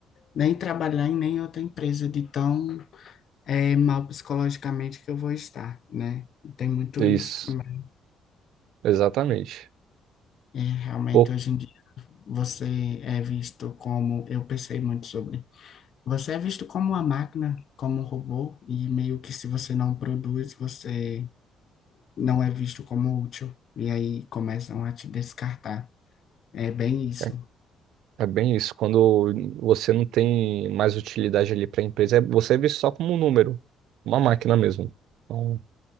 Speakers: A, on the left; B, on the right.
A: nem trabalhar em nem outra empresa de tão eh, mal psicologicamente que eu vou estar, né? Tem muito
B: Isso,
A: isso também.
B: exatamente.
A: E realmente
B: Pô,
A: hoje em dia você é visto como, eu pensei muito sobre, você é visto como uma máquina, como um robô, e meio que se você não produz, você não é visto como útil. E aí começam a te descartar. É bem isso.
B: é, é bem isso. Quando você não tem mais utilidade ali para a empresa, é- você é visto só como um número, uma máquina mesmo. Então,